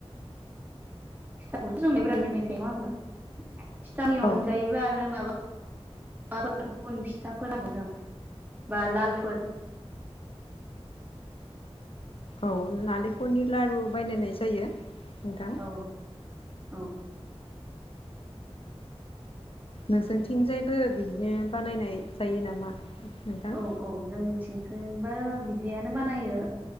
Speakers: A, on the right (about 15°); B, on the left (about 60°).
A: फिथाखौसो जों <unintelligible> नंआ होनबा फिथानि
B: औ
A: अनगायैबो आरो माबा <unintelligible> बा लारुफोर
B: औ नालेंखलनि लारु बायनाय जायो नोंथां
A: औ औ
B: नोंसोरथिंजायबो बिदिनो बानायनाय जायो नामा नोंथां
A: औ औ जों थिंथिंबो बिदियानो बानायो